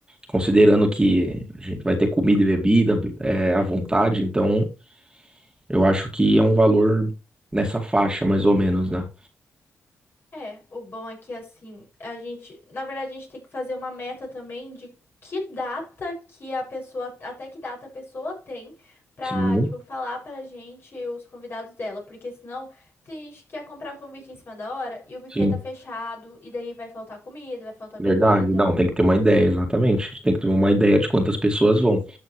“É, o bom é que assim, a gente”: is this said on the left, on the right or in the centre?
Left